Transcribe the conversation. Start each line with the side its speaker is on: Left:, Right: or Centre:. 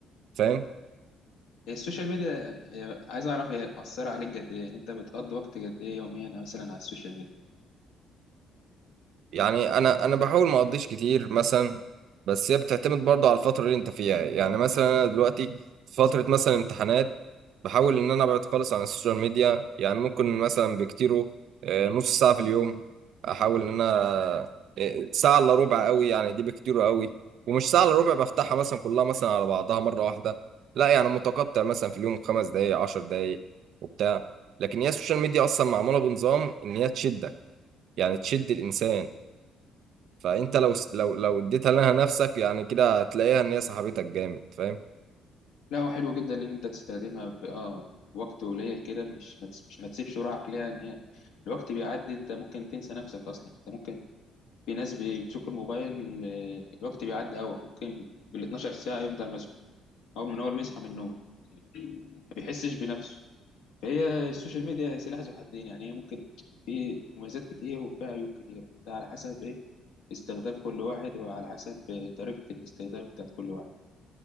Right: فاهم
Left: هي السوشيال ميديا هي- عايز اعرف هي مأثره عليك قد ايه يعني انت بتقضي وقت قد ايه يوميا مثلا على السوشيال ميديا
Right: يعني انا انا بحاول ما اقضيش كتير مثلا بس هي بتعتمد برضه على الفتره اللي انت فيها يعني مثلا انا دلوقتي في فتره مثلا امتحانات بحاول ان انا ابعد خالص عن السوشيال ميديا يعني ممكن مثلا بكتيره آه، نص ساعه في اليوم احاول ان انا آه، ساعه الا ربع قوي يعني دي بكتيره قوي ومش ساعه الا ربع بفتحها مثلا كلها مثلا على بعضها مره واحده لا يعني متقطع مثلا في اليوم خمس دقائق عشر دقائق وبتاع لكن هي السوشيال ميديا اصلا معموله بنظام ان هي تشدك يعني تشد الانسان فانت لو لو لو اديتها لها نفسك يعني كده هتلاقيها ان هي صاحبتك جامد فاهم
Left: لا هو حلو جدا ان انت تستخدمها ب... اه وقت قليل كده مش ما تس- مش ما تسيبش روحك ليها ان هي الوقت بيعدي انت ممكن تنسى نفسك اصلا انت ممكن في ناس بيمسكوا الموبايل آه، الوقت بيعدي هوا ممكن بال 12 ساعة يفضل ماسكه اول من اول ما يصحى من النوم ما بيحسش بنفسه فهي السوشيال ميديا سلاح ذو حدين يعني هي ممكن في مميزات كتير وفيها عيوب كتير انت على حسب ايه استخدام كل واحد وعلى حسب آه، طريقة الاستخدام بتاعت كل واحد